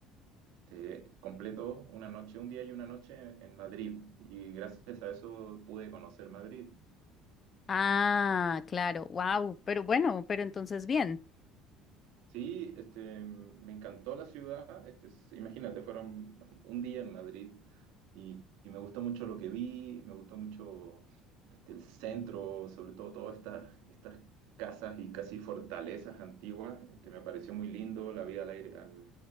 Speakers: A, on the right (about 80°); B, on the left (about 30°).
A: Este, completo una noche, un día y una noche en Madrid y gracias a eso pude conocer Madrid.
B: Ah, claro, wow, pero bueno, pero entonces bien,
A: Sí, este, me encantó la ciudad, este, s- imagínate, fueron un día en Madrid y, y me gustó mucho lo que vi, me gustó mucho este, el centro, sobre todo todas estas, estas casas y casi fortalezas antiguas, este, me pareció muy lindo, la vida al aire, al-